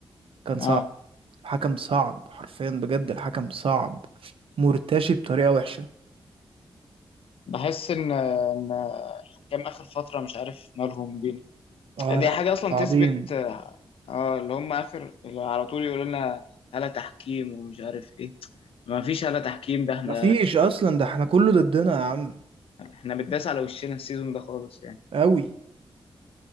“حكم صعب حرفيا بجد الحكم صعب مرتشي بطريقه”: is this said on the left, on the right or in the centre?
Right